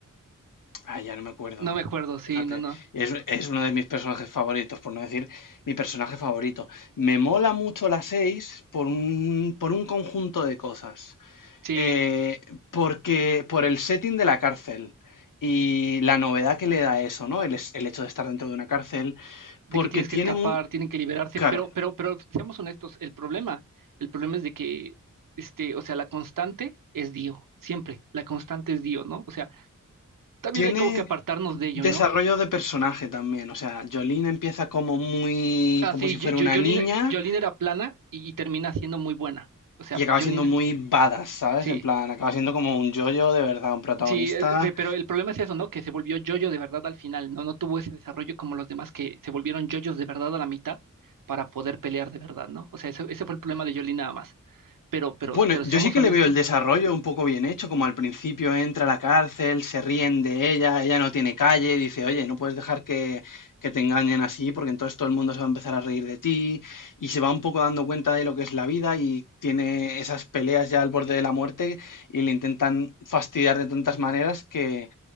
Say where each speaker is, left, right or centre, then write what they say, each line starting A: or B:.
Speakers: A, on the left; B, on the right.
A: Ah, ya no me acuerdo.
B: no me acuerdo, sí,
A: Fíjate,
B: no, no.
A: es, es uno de mis personajes favoritos, por no decir mi personaje favorito. Me mola mucho la 6 por un, por un conjunto de cosas.
B: Sí,
A: Eh, porque por el setting de la cárcel y la novedad que le da eso, ¿no? El, es- el hecho de estar dentro de una cárcel,
B: de
A: porque
B: que tienes
A: tiene
B: que escapar,
A: muy...
B: tienen que liberarse,
A: claro,
B: pero, pero, pero seamos honestos, el problema, el problema es de que, este, o sea, la constante es Dio, siempre, la constante es Dio, ¿no? O sea, también
A: Tiene
B: hay como que apartarnos de ello,
A: desarrollo
B: ¿no?
A: de personaje también. O sea, Jolene empieza como muy,
B: Ah,
A: como
B: sí,
A: si
B: yo,
A: fuera
B: yo,
A: una
B: Jolene,
A: niña
B: Jolene era plana y, y termina siendo muy buena. O sea,
A: y acaba
B: Jolene,
A: siendo muy badass, ¿sabes?
B: sí.
A: En plan, acaba siendo como un yoyo de verdad, un protagonista
B: Sí, eh, pe- pero el problema es eso, ¿no? Que se volvió yoyo de verdad al final, ¿no? No tuvo ese desarrollo como los demás que se volvieron yoyos de verdad a la mitad para poder pelear de verdad, ¿no? O sea, ese, ese fue el problema de Yoli nada más. Pero, pero,
A: Bueno,
B: pero seamos
A: yo sí que
B: honestos,
A: le veo el desarrollo un poco bien hecho, como al principio entra a la cárcel, se ríen de ella, ella no tiene calle, dice, oye, no puedes dejar que, que te engañen así, porque entonces todo el mundo se va a empezar a reír de ti, y se va un poco dando cuenta de lo que es la vida y tiene esas peleas ya al borde de la muerte y le intentan fastidiar de tantas maneras que,